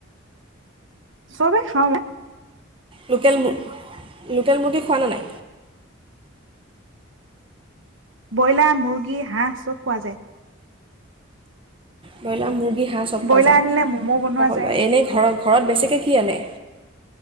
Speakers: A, on the right; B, on the right.
A: চবে খাওঁ মই।
B: লোকেল, লোকেল মুৰ্গী খোৱা নে নাই?
A: ব্ৰইলাৰ, মুৰ্গী, হাঁহ চব খোৱা যায়।
B: ব্ৰইলাৰ, মুৰ্গি হাঁহ চব
A: ব্ৰইলাৰ
B: খোৱা যায়।
A: আনিলে ম'ম' বনোৱা
B: সকলোৱে
A: যায়
B: এনেই ঘৰত ঘৰত বেছিকে কি আনে?